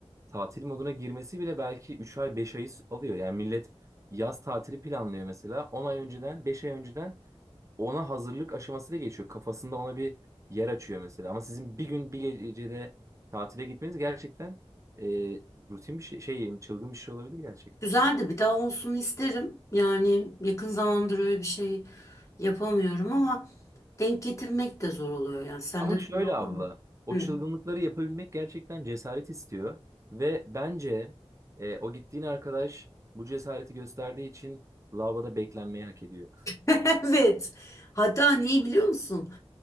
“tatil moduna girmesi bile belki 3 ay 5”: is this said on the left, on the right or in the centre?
Right